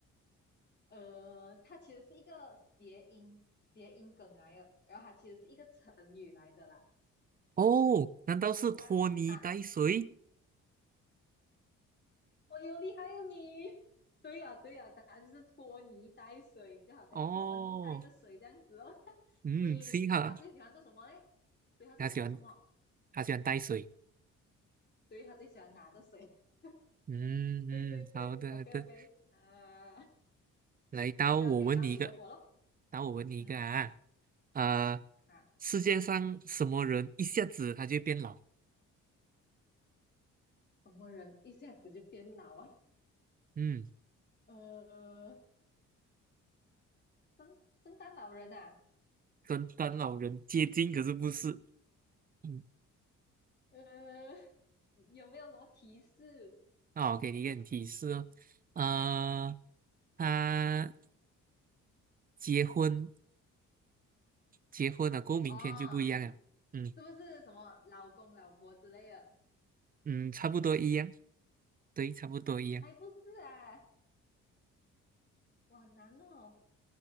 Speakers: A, on the left (about 35°); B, on the right (about 30°).
A: 呃，它其实是一个谐音谐音梗来的，然后它其实是一个成语来的啦。
B: 哦，难道是托尼带水？
A: 你想看哈？我有厉害哦你！<laughs> 对呀、对呀、答案就是拖泥带水，就好像拖泥带着水这样子哦。
B: 哦，
A: <laughs>
B: 嗯，
A: 所以他最喜欢做什么嘞？
B: 幸哈，
A: 所以他最喜欢做什么？
B: 他喜欢，他喜欢带水。
A: 对，他最喜欢拿着水。<laughs>
B: 嗯嗯，
A: 对对对，OK
B: 好的，好的
A: OK，啊
B: 来到我问你一个，
A: ，OK OK，到你问我咯。
B: 到我问你一个啊，
A: 嗯，
B: 呃，
A: 啊，
B: 世界上什么人一下子他就变老？
A: 什么人一下子就变老啊？
B: 嗯，
A: 呃，圣圣诞老人啊。
B: 跟当老人接近，可是不是。嗯，
A: 呃，<laughs> 有没有什么提示？
B: 那我给你一点提示哦，呃，他结婚结婚了，过后明天就不一样了。
A: 哦，
B: 嗯
A: 是不是什么老公老婆之类的？
B: 嗯，差不多一样，对，差不多一样。
A: 还不是啊，我很难哦。